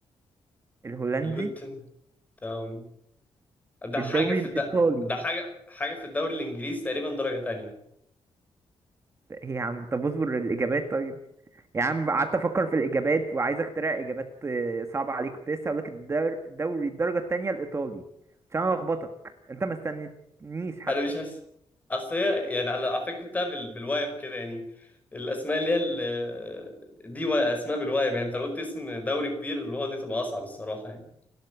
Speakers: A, on the right; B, on the left.
A: الهولندي
B: لوتن تاون ده
A: الدوري
B: حاجة في
A: الايطالي
B: الد... ده حاجة حاجة في الدوري الإنجليزي تقريبا درجة تانية
A: هي عم طب اصبر الاجابات طيب يا عم قعدت افكر في الاجابات وعايز اخترع اجابات آه، صعبه عليك كنت لسه هقول لك الدر- دوري الدرجه التانية الايطالي عشان انا لخبطك انت ما استنيتنيش حتى
B: أنا مش حاسس أصل هي يعني على على فكرة جبتها بال... بالوايم كده يعني الأسماء اللي هي ال... دي و... أسماء بالوايم يعني أنت لو قلت اسم دوري كبير اللي هو دي تبقى أصعب الصراحة يعني